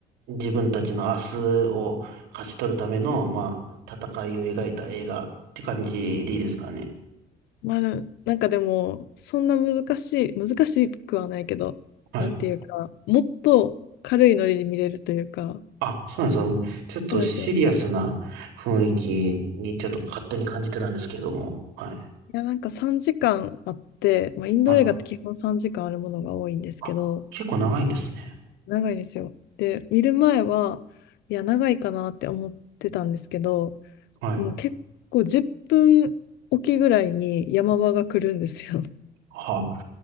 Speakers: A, on the right; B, on the left.
A: 自分たちの明日を勝ち取るための、まあ、戦いを描いた映画って感じでいいですかね。
B: まあ、なんかでもそんな難しい難しくはないけどなんていうかもっと軽いノリで見れるというか
A: はい。あ、そうなんですよ。ちょっとシリアスな雰囲気にちょっと勝手に感じてたんですけども。
B: そうなんですよ
A: はい。
B: いや、なんか3時間あって、まあ、インド映画って基本3時間あるものが多いんですけど、
A: はい。あ、結構長いんですね。
B: 長いんですよ。で、見る前は、いや、長いかなって思ってたんですけど、
A: はい。
B: もう結構10分おきぐらいに山場が来るんですよ。<laughs>
A: はあ、